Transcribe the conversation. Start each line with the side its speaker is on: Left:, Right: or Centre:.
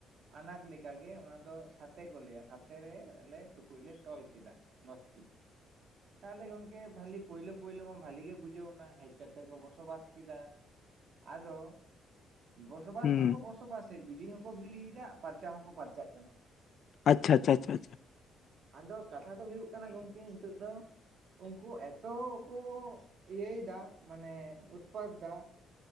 Right: ᱟᱱᱟᱠ ᱞᱮᱠᱟ ᱜᱮ ᱚᱱᱟ ᱫᱚ ᱥᱟᱛᱮ ᱠᱚ ᱞᱟᱹᱭᱟ ᱥᱟᱛᱮᱨᱮ ᱟᱞᱮ ᱴᱩᱠᱩᱡ ᱞᱮ ᱛᱚᱞ ᱠᱮᱫᱟ ᱾ ᱫᱚᱥᱴᱤ ᱛᱟᱦᱞᱮ ᱜᱚᱝᱠᱮ ᱵᱷᱟᱞᱤ ᱯᱳᱭᱞᱳ ᱯᱳᱭᱞᱳ ᱢᱟ ᱵᱷᱟᱞᱤ ᱜᱮ ᱵᱩᱡᱽ ᱵᱩᱡᱟᱹᱣ ᱮᱱᱟ ᱦᱮᱡ ᱠᱟᱛᱮ ᱠᱚ ᱵᱚᱥᱚᱵᱟᱥ ᱠᱮᱫᱟ ᱟᱫᱚ ᱵᱚᱥᱚᱵᱟᱥ
Left: ᱦᱩᱸ
Right: ᱢᱟᱠᱚ ᱵᱚᱥᱚᱵᱟᱥᱮᱫ ᱵᱤᱞᱤ ᱦᱚᱸᱠᱚ ᱵᱤᱞᱤ ᱭᱮᱫᱟ ᱯᱟᱨᱪᱟ ᱦᱚᱸᱠᱚ ᱯᱟᱨᱪᱟᱜ ᱠᱟᱱᱟ
Left: ᱟᱪᱷᱟ ᱟᱪᱷᱟ ᱪᱷᱟ ᱪᱷᱟ
Right: ᱟᱫᱚ ᱠᱟᱛᱷᱟ ᱫᱚ ᱦᱩᱭᱩᱜ ᱠᱟᱱᱟ ᱜᱚᱢᱠᱮ ᱱᱤᱛᱚᱜ ᱫᱚ ᱩᱱᱠᱩ ᱮᱛᱚ ᱠᱚ ᱤᱭᱟᱹ ᱫᱟ ᱢᱟᱱᱮ ᱩᱛᱯᱟᱫᱽ ᱫᱟ